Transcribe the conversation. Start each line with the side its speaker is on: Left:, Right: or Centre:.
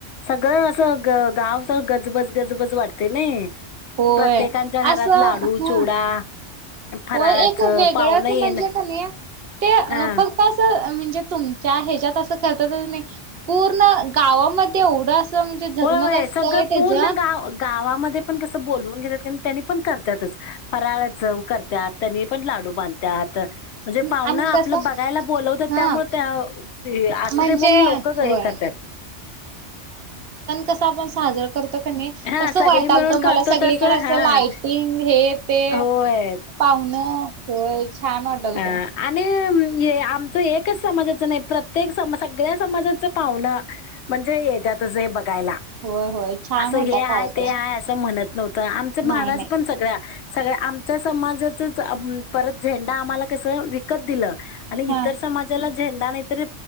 Left: सगळं असं ग गाव कसं गजबज गजबज वाटते नाही.
Right: होय.
Left: प्रत्येकांच्या
Right: असं
Left: घरात लाडू
Right: ह
Left: चिवडा फराळाचं
Right: होय एक वेगळंच
Left: पाहुणं येण
Right: म्हणजे कणी ते
Left: अ
Right: फक्त असं म्हणजे, तुमच्या ह्याच्यात असं करत्यातच नाही पूर्ण गावामध्ये एवढं असं म्हणजे झगमग
Left: होय होय
Right: असतंय
Left: सगळं
Right: त्याच
Left: पूर्ण गाव गावामध्ये पण कस बोलवून घेत्यात त्यांनी पण करत्यातच फराळा सर्व करत्यात त्यानी पण लाडू बांधत्यात म्हणजे पाहुना
Right: आणि
Left: आपलं
Right: कसं
Left: बघायला बोलवत
Right: हा
Left: त्यामुळे असू
Right: म्हणजे
Left: दे म्हणून लोक हे
Right: होय
Left: करतात.
Right: कस आपण साजरा करतो. कनी
Left: हां,
Right: तसं
Left: सगळी
Right: वाटालत
Left: मिळून करतो
Right: मला सगळीकडं
Left: तसं
Right: असं
Left: हां.
Right: लाईटिंग हे ते
Left: होय,
Right: पाव्हण होय छान वाटालत
Left: हा आणि हे आमच एकच समाजाच नाही. प्रत्येक सगळ्या समाजाच पाव्हण म्हणजे येत्यातच हे बघा यला
Right: होय होय छान
Left: असं
Right: होता
Left: हे हाय
Right: कार्यक्रम
Left: ते हाय असं म्हणत नव्हतं आमच महाराज
Right: नाही नाही
Left: पण सगळ्या सगळ्या आमच्या समाजाचच परत आम्हाला कसं विकत दिलं. आणि
Right: हा
Left: इतर समाजाला झेंडा नाहीतरी